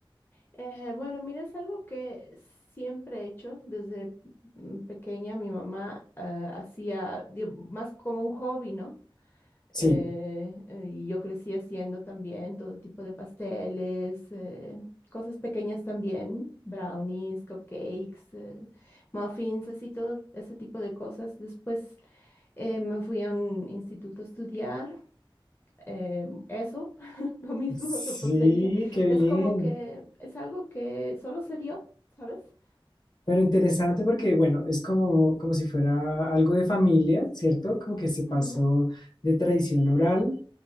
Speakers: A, on the left; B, on the left.
A: eh, bueno, mira, es algo que siempre he hecho desde mm, pequeña. Mi mamá eh, hacía di- más como un hobby, ¿no?
B: Sí,
A: eh, eh, y yo crecí haciendo también todo tipo de pasteles, eh, cosas pequeñas también, brownies, cupcakes, eh, muffins, así todo ese tipo de cosas. Después eh, me fui a un instituto a estudiar eh, eso, <laughs> lo mismo,
B: sí,
A: repostería.
B: qué bien.
A: Es como que es algo que solo se dio, ¿sabes?
B: Pero interesante porque, bueno, es como, como si fuera algo de familia, ¿cierto? Como que se pasó
A: Ujú,
B: de tradición oral